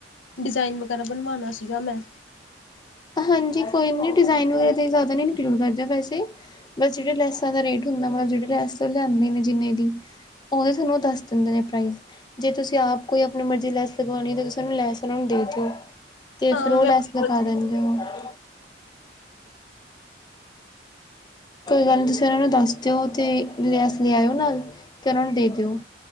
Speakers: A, on the left; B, on the left.
A: ਡੀਜ਼ਾਇਨ ਵਗੈਰਾ ਬਣਵਾਣਾ ਸੀਗਾ ਮੈਂ।
B: ਹਾਂਜੀ ਕੋਈ ਨੀਂ ਡੀਜ਼ਾਇਨ ਵਗੈਰਾ ਤਾਂ ਜਾਦਾ ਨੀਂ ਇਨਕਲੂਡ ਕਰਦੇ ਵੈਸੇ। ਬਸ ਜੇੜੇ ਲੈਸਾਂ ਦਾ ਰੇਟ ਹੁੰਦਾ ਮਲ ਜੇੜੇ ਲੈਸ ਓ ਲੇਆਂਦੇ ਨੇਂ ਜਿਨੇ ਦੀ। ਓਦੇ ਥੋਨੂੰ ਓ ਦੱਸ ਦੀਂਦੇ ਨੇਂ ਪ੍ਰਾਈਸ। ਜੇ ਤੁਸੀਂ ਆਪ ਕੋਈ ਆਪਣੀ ਮਰਜ਼ੀ ਲੈਸ ਲਗਵਾਣੀ ਐ ਤਾਂ ਤੁਸੀਂ ਓਨੂੰ ਲੈਸ ਓਨਾਂ ਨੂੰ ਦੇ ਦੇਓ। ਤੇ
A: ਹਾਂ
B: ਫੇਰ ਓ
A: ਮੈਂ
B: ਲੈਸ
A: ਹੂੰ
B: ਲਗਾ ਦੇਣਗੇ ਉਹੋ। ਕੋਈ ਗੱਲ ਨੀਂ ਤੁਸੀਂ ਓਨਾਂ ਨੂੰ ਦੱਸ ਦੇਓ ਤੇ, ਲੈਸ ਲੇ ਆਏਓ ਨਾਲ, ਤੇ ਓਨਾਂ ਨੂੰ ਦੇ ਦੇਓ।